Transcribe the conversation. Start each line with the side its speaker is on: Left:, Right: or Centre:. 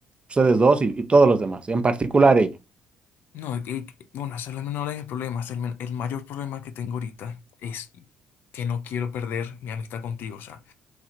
Right: ustedes dos y, y todos los demás, en particular ella.
Left: No, eh, bueno, ese es el menor de mis problemas. El, men- el mayor problema que tengo ahorita es que no quiero perder mi amistad contigo. O sea,